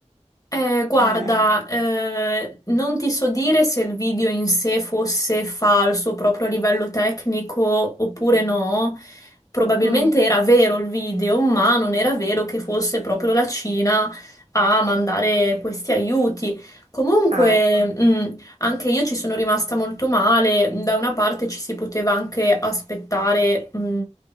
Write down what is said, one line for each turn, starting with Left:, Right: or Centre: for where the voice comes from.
Left: Eh, guarda,
Right: Eh,
Left: eh, non ti so dire se il video in sé fosse falso proprio a livello tecnico oppure no. Probabilmente
Right: mm.
Left: era vero il video, ma non era vero che fosse proprio la Cina a mandare questi aiuti. Comunque,
Right: Ah, ecco,
Left: mm, anche io ci sono rimasta molto male, da una parte ci si poteva anche aspettare mh,